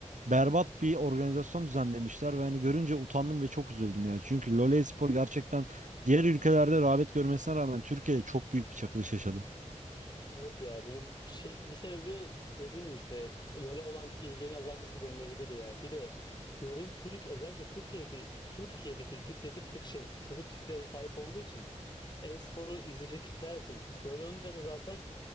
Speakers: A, on the right; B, on the left.
A: berbat bir organizasyon düzenlemişler ve hani görünce utandım ve çok üzüldüm ya. Çünkü LoL Espor gerçekten diğer ülkelerde rağbet görmesine rağmen Türkiye'de çok büyük bir çakılış yaşadı.
B: Evet ya bunun şey, bir sebebi dediğim gibi işte LoL'e olan ilginin azalması denilebilir ya. Bir de LoL'ün Türk özellikle Türkiye'deki Türkiye'deki kitlesi bir tık şey çocuk kitleye sahip olduğu için e-sporu izleyecek kitler çocuk. Böyle olunca da zaten